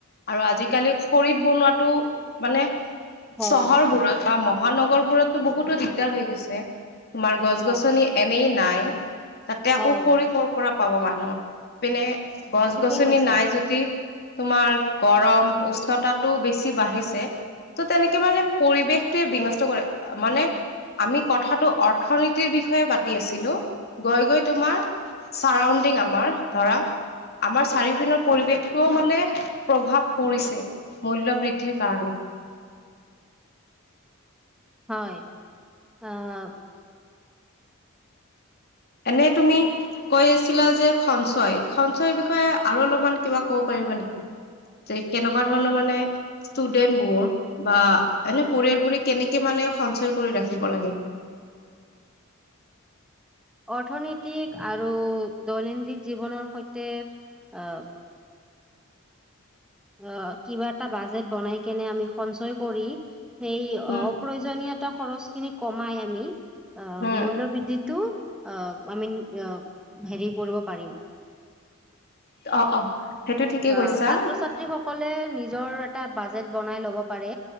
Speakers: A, on the left; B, in the centre.
A: আৰু আজিকালি খৰিত বনোৱাটো মানে
B: হয়
A: চহৰবোৰত বা মহ মহানগৰবোৰতটো বহুতো দিগদাৰ হৈ গৈছে। তোমাৰ গছ
B: হয়
A: গছনি এনেই নাই। তাতে
B: হয়
A: আকৌ খৰি কৰ তা পাব মানুহ পিনে গছ-গছনি
B: ঠিকে কৈছা
A: নাই যদি তোমাৰ গৰম উষ্ণতাটো বেছি বাঢ়িছে ত' তেনেকে মানে পৰিৱেশটোৱে বিনষ্ট কৰে মানে আমি কথাটো অৰ্থনীতিৰ বিষয়ে পাতি আছিলো গৈ গৈ তোমাৰ চাৰাউণ্ডিং আমাৰ ধৰা আমাৰ চাৰিওপিনৰ পৰিৱেশটোও মানে প্ৰভাৱ পৰিছে মূল্যবৃদ্ধিৰ কাৰণে।
B: হয়, অ'।
A: এনে তুমি কৈ আছিলা যে সঞ্চয়, সঞ্চয়ৰ বিষয়ে আৰু অলপমান কিবা ক'ব পাৰিবা নেকি যে কেনেকুৱা ধৰণৰ মানে ষ্টুডেন্টবোৰ বা এনে পৰিয়ালবোৰে কেনেকে মানে সঞ্চয় কৰি ৰাখিব লাগে।
B: অৰ্থনৈতিক আৰু দৈনন্দিন জীৱনৰ সৈতে অ' অ', কিবা এটা বাজেট বনাই কেনে আমি সঞ্চয় কৰি সেই
A: উম,
B: অপ্ৰয়োজনীয়তা খৰচ খিনি কমাই আমি অ',
A: উম,
B: মূল্যবৃদ্ধিত তো অ'। আমিন য় হেৰি কৰিব পাৰিম।
A: অ', অ', সেইটো ঠিকেই
B: অ',
A: কৈছা।
B: ছাত্ৰ-ছাত্ৰীসক সকলে নিজৰ এটা বাজেট বনাই ল'ব। পাৰে